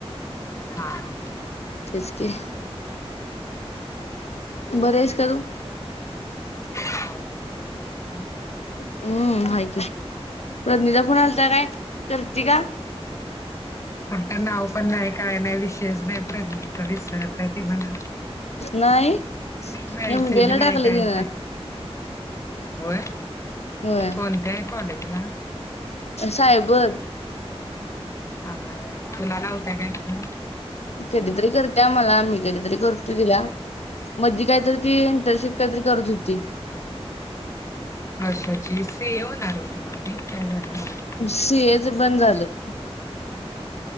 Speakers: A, on the left; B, on the left.
A: हा <inaudible>
B: तेच की, बरी आहेस का तू?
A: होय <inaudible>
B: हम्म हाय की, प्रदनी चा फोन आलता काय, करती का?
A: आता नाव पण नाही, काय नाही, विशयच नाही प्रदनीचा विसरल्या ती मला.
B: नाही.
A: मॅसेज
B: एम बी ए
A: नाही
B: ला टाकलय
A: काहीच
B: तिनं.
A: नाही. होय,
B: होय
A: कोणत्या आहे कॉलेजला?
B: सायबर
A: अगं तुला लावत्या काय तू
B: कधीतरी करत्या मला, मी कधीतरी करतोय तिला. मधी काहीतरी ती इंटरशिप काहीतरी करत होती.
A: अर्षा जी सी ए होणार होती ना ती काय झालं <inaudible>
B: सी ए च बंद झालं.